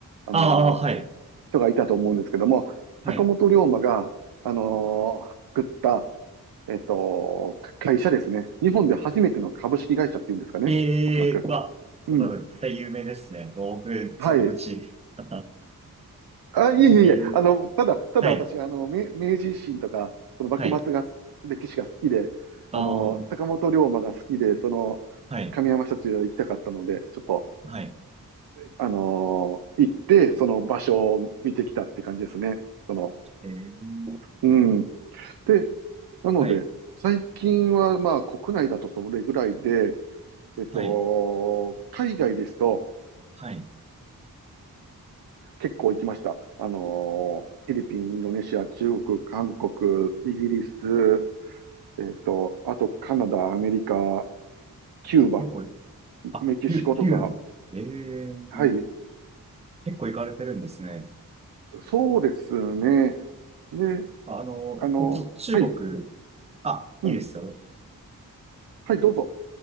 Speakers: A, on the right; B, on the right.
A: あの
B: ああ、はい。
A: 人がいたと思うんですけども、
B: はい。
A: 坂本龍馬が、あのー作った、えっと、会社ですね。日本で初めての株式会社っていうんですかね。
B: ええー、
A: おそらく。
B: は、そう、
A: うん。
B: 多分絶対有名ですね。道具、
A: はい。
B: ちょっと無知。<laughs>
A: あ、いえいえいえ、
B: えー、
A: あの、ただ、ただ私が、
B: はい。
A: あの、明明治維新とか、その幕末が、
B: はい。
A: 歴史が好きで、
B: ああ、
A: あの、坂本龍馬が好きで、その、
B: はい。
A: 上山社中行きたかったので、ちょっと、
B: はい。
A: あのー行って、その場所を見てきたって感じですね。その、
B: えー
A: うん。で、なので、
B: はい、
A: 最近はまあ国内だとそれぐらいで、えっと、
B: はい、
A: 海外ですと
B: はい。
A: 結構行きました。あのー、フィリピン、インドネシア、中国、韓国、イギリス、えっと、あとカナダ、アメリカ、キューバ、
B: 結構、あ、
A: メキシコとか、
B: 九九ええー、
A: はい、
B: 結構行かれてるんですね。
A: そうですね。で、
B: あの、
A: あの、
B: 僕ちょっと中国、
A: はい、
B: あ、
A: うん、
B: いいですよ。
A: はい、どうぞ。